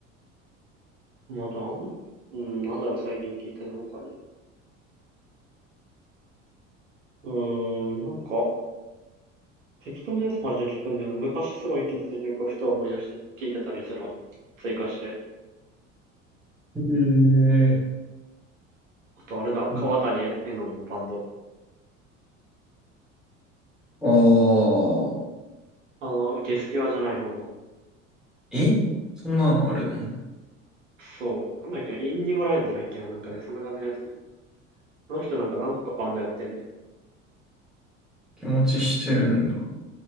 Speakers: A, on the right; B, in the centre.
A: まああとなんだ、うーん、なんだろう最近聞いてんの他に。うーん、なんか、適当なやつマジで聞くんだよな。昔すごい聞いてた曲をふと思い出して聞いてたりするわ。追加して。
B: え
A: あとあれだ、
B: ー、
A: 川谷絵音のバンド。
B: ああ、
A: あの、ゲスキュアじゃない方の。
B: えそんなのあるの
A: そう。なんだっけ、インディゴラインドだっけな、なんかね、そんな感じのやつ。この人なんか何個かバンドやってんね。
B: 気持ちしてるんだ。